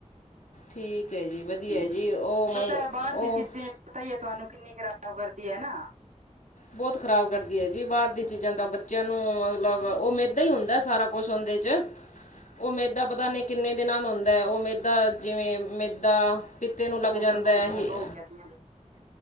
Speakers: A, on the left; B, on the right.
A: ਠੀਕ ਹੈ ਜੀ, ਵਧੀਆ
B: ਹਾਂਜੀ
A: ਜੀ, ਉਹ
B: ਪਤਾ
A: ਮਲ
B: ਹੈ ਬਾਹਰ
A: ਉਹ
B: ਦੀ ਪਤਾ ਈ ਹੈ ਤੁਹਾਨੂੰ ਕਿੰਨੀ ਖਰਾਬ ਕਰਦੀ ਹੈ ਨਾ?
A: ਬਹੁਤ ਖਰਾਬ ਕਰਦੀ ਹੈ ਜੀ, ਬਾਹਰ ਦੀ ਚੀਜ਼ਾਂ ਤਾਂ ਬੱਚਿਆਂ ਨੂੰ, ਮਤਲਬ ਉਹ ਮੇ- ਏਦਾਂ ਈ ਹੁੰਦਾ ਸਾਰਾ ਕੁਛ ਉਹਦੇ 'ਚ। ਉਹ ਮੇਦਾ ਪਤਾ ਨਹੀਂ, ਕਿੰਨੇ ਦਿਨਾਂ ਦਾ ਹੁੰਦਾ ਹੈ? ਉਹ ਮੇਦਾ ਜਿਵੇਂ ਮੇਦਾ ਪਿੱਤੇ ਨੂੰ ਲੱਗ
B: ਨੋ
A: ਜਾਂਦਾ
B: ਡਰ ਨੋ
A: ਇਹ
B: ਬਟਨ ਨੋ ਕਹਤੀਆਂ ਨੇ